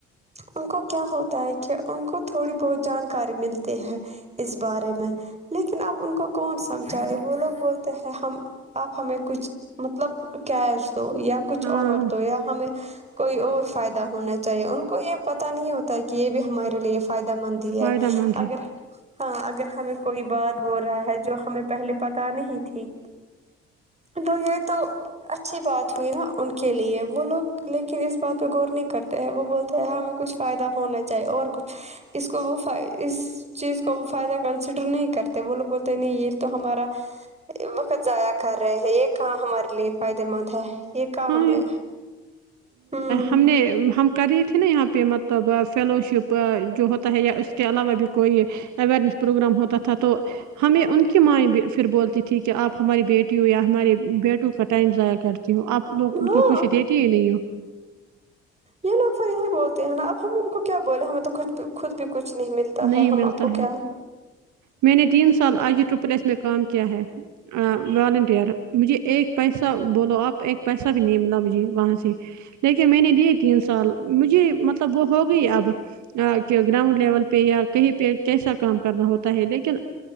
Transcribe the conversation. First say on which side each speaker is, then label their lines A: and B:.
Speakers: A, on the right; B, on the right.
A: ان کو کیا ہوتا ہے کہ ان کو تھوڑی بہت جانکاری ملتی ہے اس بارے میں لیکن اب ان کو کون سمجھائے وہ لوگ بولتے ہیں ہم اپ ہمیں کچھ مطلب کیش دو یا کچھ
B: ہاں
A: اور دو یا ہمیں کوئی اور فائدہ ہونا چاہیے ان کو یہ پت نہیں ہوتا ہے کہ یہ بھی ہمارے لیے فائدہ مند ہی
B: فائدہ
A: ہے
B: مند
A: اگر
B: ہے
A: ہاں اگر ہمیں کوئی بات بول رہا ہے جو ہمیں پہلے پتا نہیں تھی تو یہ تو اچھی بات ہوئی نا ان کے لیے وہ لوگ لیکن اس بات پہ غور نہیں کرتے وہ بولتا ہیں ہمیں کچھ فائدہ ہونا چاہیے اور کچھ اس کو وہ فاہ اس اس چیز کو وہ فائدہ کنسیڈر نہیں کرتے وہ لوگ بولتے نہیں یہ تو ہمارا وقت ضائع کر رہے ہیں یہ کہاں ہمارے لیے فائدے مند ہے یہ کہاں
B: ہاں
A: ہمیں ہوں
B: ہم نے ہم کر رہی تھی نا یہاں پہ مطلب فیلوشپ جو ہوتا ہے یا اس کے علاوہ بھی کوئی اویرنیس پروگرام ہوتا تھا تو ہمیں ان کی مائ پھر بولتی تھی کہ آپ ہماری بیٹی ہو یا ہمارے بیٹوں کا ٹائم ضائع کرتی ہو آپ لوگ ان
A: ہاں
B: کو کچھ دیتی ہی نہیں ہو
A: یہ لوگ سا ہی بولتے ہیں نا اب ہم ان کو کیا بول ہمیں تو کچھ بھی خود بھی کچھ نہیں ملتا
B: نہیں
A: ہے ہم
B: ملتا
A: آپ کو کیا ہے
B: میں نے تین سال آج یہ ٹرپلیس میں کام کیا ہے والنٹیئر مجھے ایک پیسہ بولو آپ ایک پیسہ بھی نہیں ملا مجھے وہاں سے لیکن میں نے دیے تین سال مجھے مطلب وہ ہو گئی اب کہ گراؤنڈ لیول پہ یا کہیں پہ کیسا کام کرنا ہوتا ہے لیکن